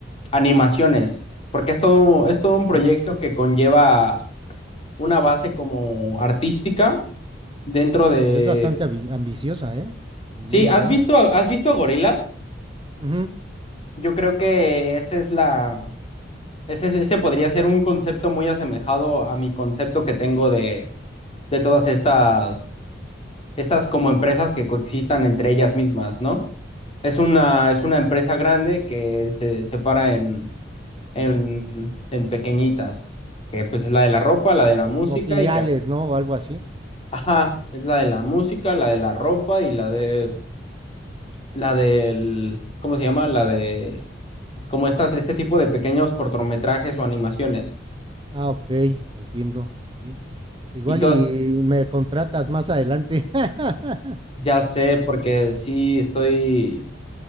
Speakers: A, on the left; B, on the right.
A: animaciones, porque es todo, es todo
B: Okey.
A: un proyecto que conlleva una base como artística dentro de...
B: Y es bastante abi ambiciosa, ¿eh? Muy
A: Sí, ¿has
B: buena.
A: visto, has visto a gorilas?
B: Ujú.
A: Yo creo que esa es la, Ese, ese podría ser un concepto muy asemejado a mi concepto que tengo de, de todas estas, estas como empresas que coexistan entre ellas mismas, ¿no? Es una, es una empresa grande que se separa en,
B: Okey.
A: en, en pequeñitas, que pues es la de la ropa, la de la música
B: Como filiales,
A: y que,
B: ¿no? O algo así.
A: ajá, es la de la música, la de la ropa y la de, la del, ¿cómo se llama? La de, como estas, este tipo de pequeños cortometrajes o animaciones.
B: Ah, okey, entiendo. Sí. Igual
A: Y todas
B: y me contratas más adelante. <laughs>
A: Ya sé, porque sí estoy.